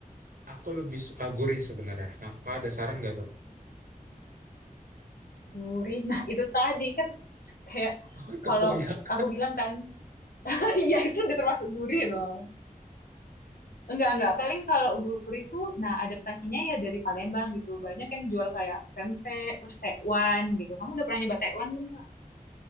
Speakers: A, on the right; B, on the left.
A: Aku lebih suka gurih sebenarnya. Nah, kakak ada saran nggak tuh?
B: Gurih. Nah, itu tadi kan kayak
A: <laughs> Oh, tempoyak.
B: kalau aku bilang kan, <laughs> ya itu udah termasuk gurih dong. Enggak, enggak. Paling kalau gurih tuh, nah adaptasinya ya dari Palembang gitu. Banyak yang jual kayak pempek, terus tekwan gitu. Kamu udah pernah nyoba tekwan belum, Kak?